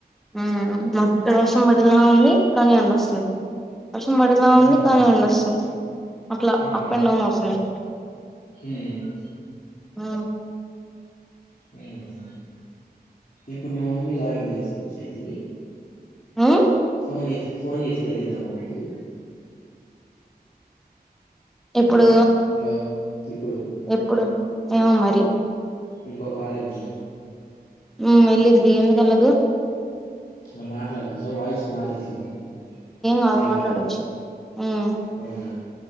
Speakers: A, in the centre; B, on the left.
A: ఆఅ లగు ఇక్కడ వర్షం పడేలా ఉంది కానీ ఎండ వస్తు ఇక్కడ వర్షం పడేలా
B: ఉహూ
A: ఉంది కానీ ఎండస్తుంది అట్ల
B: ఉహూ
A: అప్ అండ్ డౌన్ అవసరం లేదు
B: ఉమ్
A: మ్మ్
B: మ్మ్ ఇప్పుడు మా మమ్మి లాగిన్ చేసుకోవచ్చా ఇది
A: ఉమ్
B: ఫోన్ చేసి ఫోన్ చేసి తెలిద్దామా మామ్మకి
A: ఇప్పుడు
B: హలో ఇప్పుడు
A: ఎప్పుడు ఏమో మరి
B: ఇంకొ కాల్ వుంది గా
A: ఉ ఎళ్లుద్ది ఎందుకెళ్ళదు
B: మరి మాట్లాడచ్చ వాయిస్ మారిద్దిగా మరి
A: కాదు
B: ఏం
A: మాట్లాడొచ్చు
B: కాదా
A: ఉమ్
B: అవునా